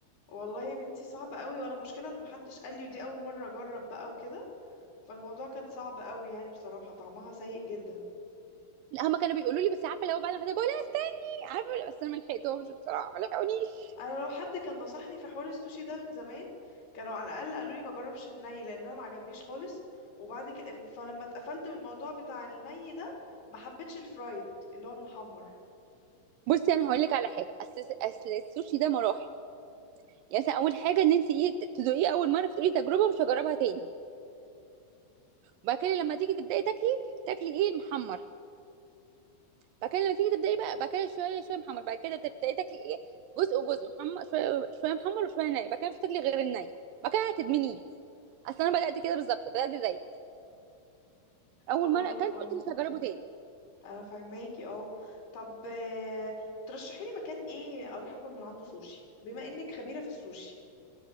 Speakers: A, on the left; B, on the right.
A: والله يا بنتي صعب قوي ولا مشكله ان محدش قال لي ودي اول مره اجرب بقى وكده فالموضوع كان صعب قوي يعني بصراحه طعمها سيء جدا
B: <laughs> لا هما كانوا بيقولوا لي بس عارفه لو بعد ما حد بقول لي عارفه ولا بس انا ما لحقتهمش بصراحه ما لحقونيش
A: انا لو حد كان نصحني في حوار السوشي ده من زمان كانوا على الاقل قالوا لي ما جربش الني لان انا ما عجبنيش خالص وبعد كده فلما اتقفلت من الموضوع بتاع الني ده ما حبيتش الفرايد اللي هو المحمر
B: بصي انا هقول لك على حاجه اصل اصل السوشي ده مراحل يعني مثلا اول حاجه ان انت ايه تدوقيه اول مره فتقولي تجربه مش هجربها تاني وبعد كده لما تيجي تبداي تاكلي تاكلي ايه المحمر بعد كده لما تيجي تبداي بقى بعد كده شويه شويه محمر بعد كده تبداي تاكلي ايه جزء وجزء محمر شويه شويه محمر وشويه ني بعد كده مش هتاكلي غير الني بعد كده هتدمنيه اصل انا بدات كده بالظبط بدات زيك اول
A: طب والله-
B: مره اكلت
A: اه
B: قلت مش هجربه تاني
A: انا فاهماكي اه طب آه، ترشحي لي مكان ايه اروح اكل من عنده سوشي بما انك خبيرة في السوشي